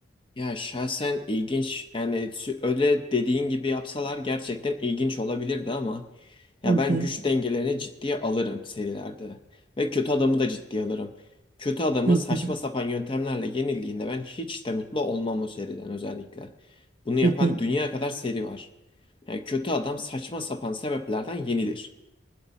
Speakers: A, on the left; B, on the right.
A: Ya şahsen ilginç yani sü- öyle dediğin gibi yapsalar gerçekten ilginç olabilirdi ama ya
B: Hı
A: ben
B: hı,
A: güç dengelerini ciddiye alırım serilerde ve kötü adamı da ciddiye alırım. Kötü adamı
B: hı hı,
A: saçma sapan yöntemlerle yenildiğinde ben hiç de mutlu olmam o seriden özellikle. Bunu yapan
B: hı hı,
A: dünya kadar seri var. Yani kötü adam saçma sapan sebeplerden yenilir.